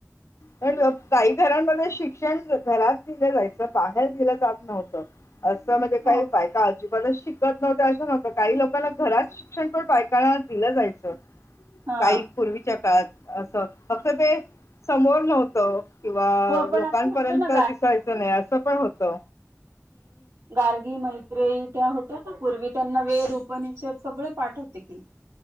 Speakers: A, on the left; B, on the right.
A: पण काही घरांमध्ये शिक्षण घरात दिलं जायचं बाहेर दिलं जात नव्हत असं म्हणजे काही
B: हो
A: बायका अजून पण शिकत नव्हतं असं नव्हतं काही लोकांना घरात शिक्षण पण बायकना दिलं जायचं
B: हा
A: ताई पूर्वीच्या काळात असं फक्त ते समोर नव्हतं. किंवा
B: हो आपण
A: लोकांपर्यंत
B: असं म्हणतो ना
A: दिसायचं नाही असं पण होत.
B: गारगी मैत्री त्या होत्या? पूर्वी त्यांना वेद उपनिषद सगळे पाठ होते कि,